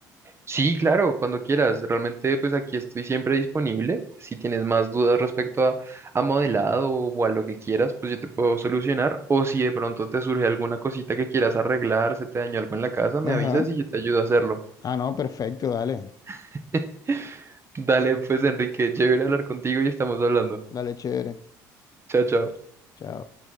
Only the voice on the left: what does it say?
Ajá.
Ah, no, perfecto, dale,
dale, chévere.
Chao.